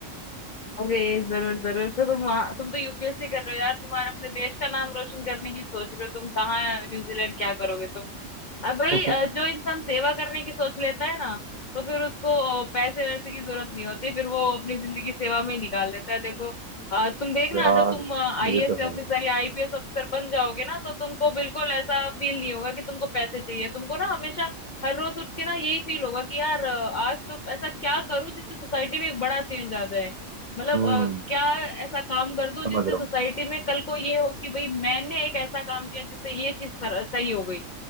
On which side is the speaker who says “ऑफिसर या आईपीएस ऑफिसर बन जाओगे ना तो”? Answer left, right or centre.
Left